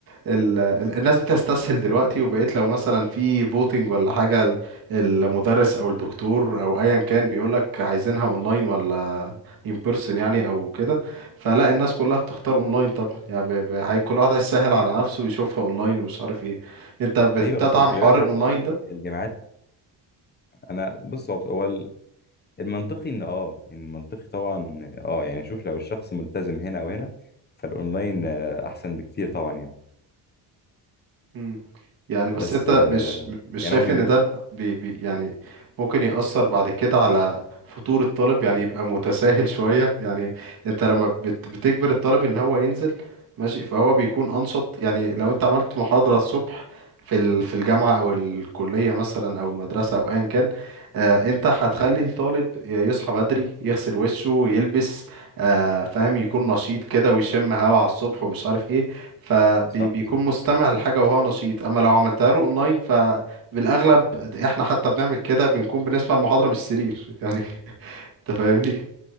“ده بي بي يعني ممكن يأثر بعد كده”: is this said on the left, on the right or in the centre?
Right